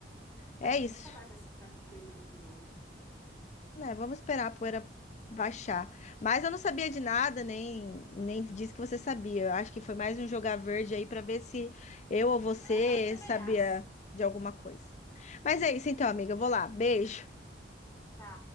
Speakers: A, on the left (about 40°); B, on the left (about 15°).
A: é
B: Acho
A: isso.
B: que nunca mais vai ser tranquilo de novo, mas enfim.
A: Né, vamos esperar a poeira
B: É
A: baixar.
B: isso.
A: Mas eu não sabia de nada, nem, nem disse que você sabia. Eu acho que foi mais um jogar verde aí para ver se eu ou você
B: Aham, também
A: sabia
B: acho.
A: de alguma coisa. Mas é isso então, amiga. Eu vou lá. Beijo.
B: Tá.